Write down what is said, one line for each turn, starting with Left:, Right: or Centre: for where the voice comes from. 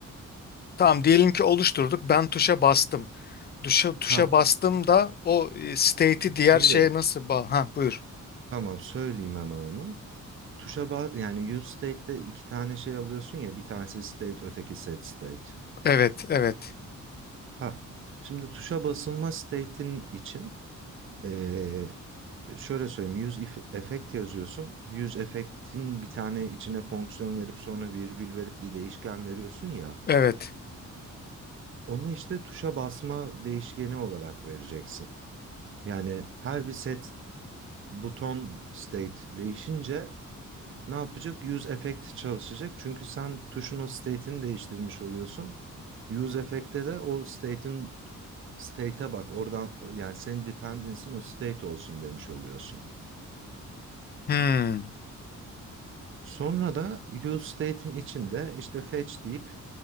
Left: tamam diyelim ki oluşturduk. Ben tuşa bastım. Tuşa tuşa
Right: Ha,
Left: bastım da o e, state'i diğer
Right: şimdi
Left: şeye nasıl ba ha buyur.
Right: tamam söyleyeyim hemen onu. Tuşa ba- yani use state'de iki tane şey alıyorsun ya bir tanesi state öteki set state.
Left: Evet, evet.
Right: Ha, şimdi tuşa basılma state'in için Ee, şöyle söyleyeyim. Use if- effect yazıyorsun. Use effect'in bir tane içine fonksiyon verip sonra virgül verip bir değişken veriyorsun ya.
Left: Evet.
Right: Onu işte tuşa basma değişkeni olarak vereceksin. Yani her bir set buton state değişince ne yapacak? Use effect çalışacak. Çünkü sen tuşun o state'ini değiştirmiş oluyorsun. Use effect'te de o state'in state'e bak. Oradan yani senin dependency'in o state olsun demiş oluyorsun.
Left: Hmm,
Right: Sonra da useState'in içinde işte fetch deyip